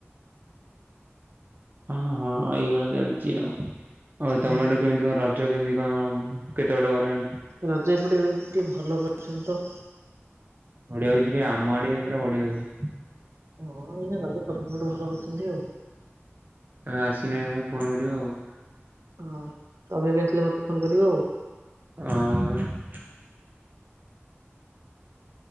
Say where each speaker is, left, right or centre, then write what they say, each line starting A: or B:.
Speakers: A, on the right (about 45°); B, on the right (about 70°).
A: ହଁ ହଁ ଏଇଭଳିଆ ଚାଲିଚି ଆଉ, ଆଉ
B: ହଁ
A: ତମ ଆଡ଼େ କେମିତି କଣ ରଜ କେମିତି କଣ ଅ କେତେ ବାଟ ଗଲାଣି?
B: ରଜ ଏପଟେ ଟିକେ ଭଲ କରିଛନ୍ତି ତ।
A: ବଢିଆ ହୋଉଚି ଭାଇ ଆମ ଆଡେ ଏ ପୁରା ବଢିଆ ହୋଉଚି।
B: ହଁ ଏଇନା ରଜ ସବୁ ଆଡ଼େ ଭଲ କରିୁଛନ୍ତି ଆଉ।
A: ଆସିନ ନାଇଁ ଭାଇ ଆମକୁ ଫୋନ କରିବ ଆଉ।
B: ହଁ ତମେ ବି ଆସିଲେ ମୋତେ ଫୋନ କରିବ ଆଉ।
A: ହଁଁ